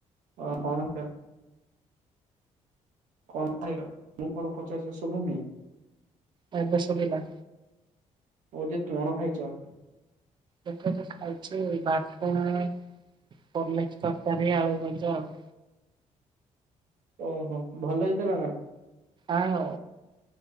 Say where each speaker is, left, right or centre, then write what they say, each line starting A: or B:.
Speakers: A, on the right (about 90°); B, on the right (about 35°).
A: ଓ କଣ ସେ କଣ ଖାଇଲ ମୁଁ କଣ ପଚାରୁଚି ଶୁଭୁନି?
B: ବାଇ ପାସରେ ଓଲେହିଲା।
A: ମୁଁ କହୁଚି କଣ ଖାଇଚ?
B: ହୋଟେଲରେ ଖାଉଛି ଭାର ପନିର ତରକାରୀ ଆଳୁ ଭଜା ଆଉ।
A: ଓହୋ ଭଲ ହେଇଥିଲାନା।
B: ଆଓ।